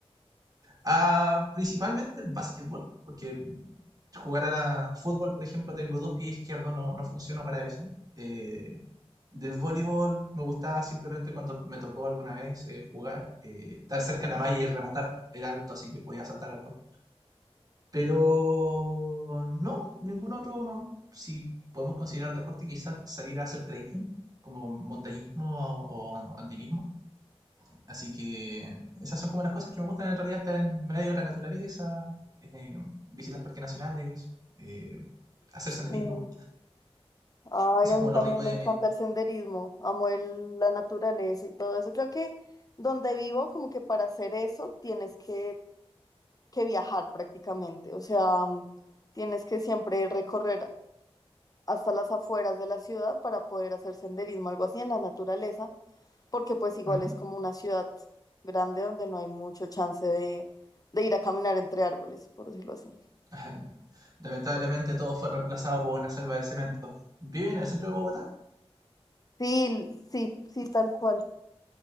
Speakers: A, on the right; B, on the left.
A: ah, principalmente el básquetbol, porque jugar a la- fútbol, por ejemplo, tengo dos pies izquierdos, no, no funciona para eso. Eh, del voleibol me gustaba simplemente cuando me tocó alguna vez eh, jugar, eh, estar cerca de la malla y rematar. Era alto, así que podía saltar alto. Pero no, ningún otro, si podemos considerar deporte, quizás salir a hacer trekking, como montañismo o, o andinismo. Así que esas son como las cosas que me gustan en realidad, estar en medio de la naturaleza, eh, visitar parques nacionales, eh, hacer senderismo.
B: Ujú, sí. Ay,
A: Eso
B: a
A: es
B: mí
A: como
B: también
A: lo rico de
B: me encanta
A: mí.
B: el senderismo, amo el- la naturaleza y todo eso. Creo que donde vivo, como que para hacer eso, tienes que, que viajar prácticamente. O sea, mm, tienes que siempre recorrer hasta las afueras de la ciudad para poder hacer senderismo, algo así en la naturaleza. porque pues igual
A: Ujú.
B: es como una ciudad grande donde no hay mucho chance de, de ir a caminar entre árboles, por decirlo así.
A: <laughs> Lamentablemente todo fue reemplazado por una selva de cemento. ¿Viven en el centro de Bogotá?
B: Sí, sí, sí, tal cual,